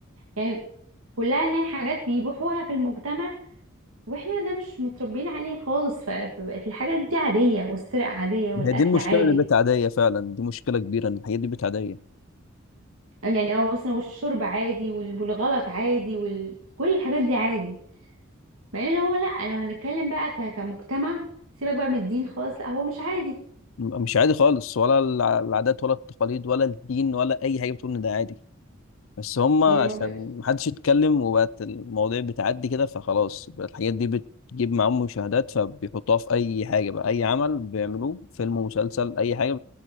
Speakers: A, on the right (about 80°); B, on the left (about 70°).
A: يعني كلها نلاقي حاجات بيبيعوها في المجتمع واحنا ده مش متربيين عليه خالص ف- فبقت الحاجات دي عادية والسرقة عادية والأكل
B: هي دي المشكله
A: عادي
B: اللي بقت عاديه فعلا دي مشكله كبيره ان الحاجات دي بقت عاديه
A: يعني اه مثلا والشرب عادي وال- والغلط عادي وكل كل الحاجات دي عادي مع ان هو لأ لو هنتكلم بقى ك- كمجتمع سيبك بقى من الدين خالص لأ هو مش عادي
B: مش عادي خالص ولا الع- العادات ولا التقاليد ولا الدين ولا اي حاجه بتقول ان ده عادي بس هم عشان
A: يعني ما ب-
B: محدش يتكلم وبقت المواضيع بتعدي كده فخلاص بقت الحاجات دي بتجيب معاهم مشاهدات فبيحطوها في اي حاجه بقى اي عمل بيعملوه فيلم ومسلسل اي حاجه